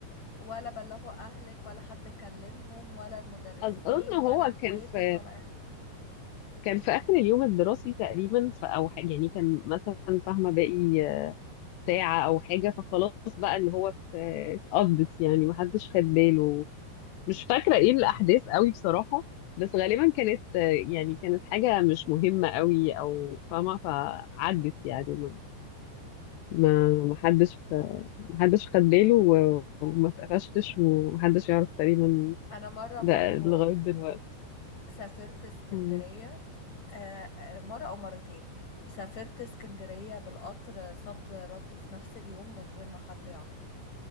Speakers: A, on the left (about 40°); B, on the left (about 80°).
A: ولا بلغوا اهلك ولا حد كلمهم ولا المدرسين
B: اظن
A: ولا
B: هو
A: اخواتك
B: كان في
A: ولا أي-
B: كان في اخر اليوم الدراسي تقريبا ف- او حاجة يعني كان مثلا فاهمة باقي ساعة او حاجة فخلاص بقى اللي هو ات- اتقضت يعني محدش خد باله مش فاكرة ايه الأحداث قوي بصراحة بس غالبا كانت يعني كانت حاجة مش مهمة قوي أو فاهمة فعدت يعني ما ما ما حدش ما حدش خد باله و- وما اتقفشتش ومحدش يعرف تقريبا
A: انا مره
B: ده
A: برضو
B: لغاية دلوقتي
A: سافرت اسكندريه
B: مم.
A: آه، آه، مره او مرتين سافرت اسكندريه بالقطر صد رد في نفس اليوم من غير ما حد يعرف